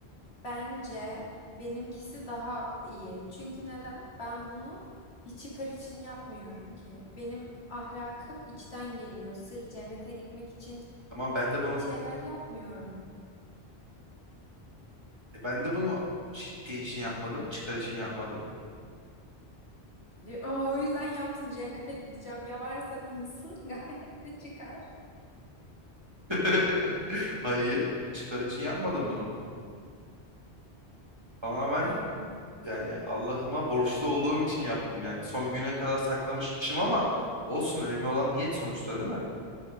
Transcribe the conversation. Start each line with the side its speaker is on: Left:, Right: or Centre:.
Left: bence benimkisi daha iyi. Çünkü neden? Ben bunu bir çıkar için yapmıyorum ki. Benim ahlakım içten geliyor. Sırf cennete gitmek için
Right: Tamam ben de bunu
Left: Bir şeyler yapmıyorum
Right: e ben de bunu şey için yapmadım, çıkar için yapmadım.
Left: diyor. Ama o yüzden yapsın cennete gideceğim ya varsa diyorsun <laughs> gayet de çıkar.
Right: <laughs> Hayır, çıkar için yapmadım bunu. Tamamen
Left: Yani
Right: Yani Allah'ıma borçlu olduğum için yaptım. Yani son güne kadar saklamışım ama olsun önemli olan niyet sonuçta değil mi?